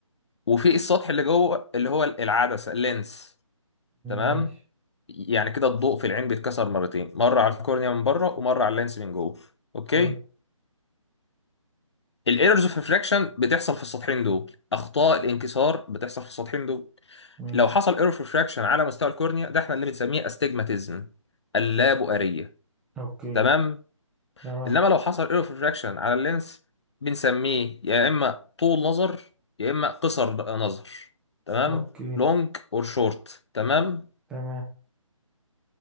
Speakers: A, on the left; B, in the centre.
A: وفي السطح اللي جوه اللي هو العدسة اللينس تمام
B: ماشي
A: يعني كده الضوء في العين بيتكسر مرتين مرة على الكورنيا من بره ومرة على اللينس من جوه اوكي
B: حلو
A: الايرورز اوف ريفراكشن بتحصل في السطحين دول اخطاء الانكسار بتحصل في السطحين دول
B: ماشي
A: لو حصل ايرور اوف ريفراكشن على مستوى الكورنيا ده احنا اللي بنسميه استجماتيزم اللابؤرية
B: اوكي
A: تمام
B: تمام
A: انما لو حصل ايرور اوف ريفراكشن على اللينس بنسميه يا اما طول نظر يا اما قصر نظر تمام
B: اوكي
A: لونج اور شورت تمام
B: تمام